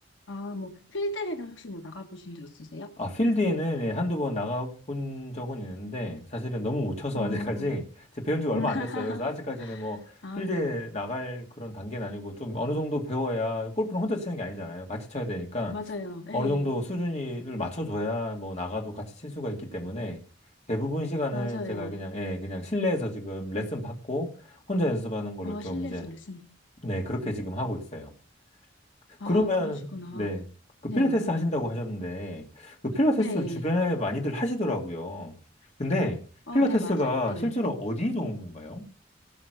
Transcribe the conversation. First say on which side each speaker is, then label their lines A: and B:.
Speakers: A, on the left; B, on the left.
A: 아, 뭐, 필드에는 혹시 뭐 나가보신 적 있으세요?
B: 아, 필드에는 예, 한두 번 나가본 적은 있는데, 사실은 너무 못 쳐서
A: 어,
B: 아직까지, <laughs> 제 배운 지가 얼마
A: <laughs>
B: 안 됐어요. 그래서 아직까지는 뭐,
A: 아,
B: 필드에
A: 네네.
B: 나갈 그런 단계는 아니고, 좀 어느 정도 배워야, 골프는 혼자 치는 게 아니잖아요. 같이 쳐야 되니까,
A: 맞아요. 예,
B: 어느 정도 수준을 맞춰줘야 뭐, 나가도 같이 칠 수가 있기 때문에, 대부분 시간은
A: 맞아요.
B: 제가 그냥, 예, 그냥 실내에서 지금 레슨 받고, 혼자 연습하는 걸로
A: 어,
B: 좀
A: 실내
B: 이제,
A: 수레쓰
B: 네, 그렇게 지금 하고 있어요.
A: 아,
B: 그러면,
A: 그러시구나.
B: 네. 그
A: 네.
B: 필라테스 하신다고 하셨는데, 그 필라테스를
A: 네.
B: 주변에 많이들 하시더라고요. 근데
A: 어,
B: 필라테스가
A: 네, 맞아요. 네.
B: 실제로 어디 좋은 건가요?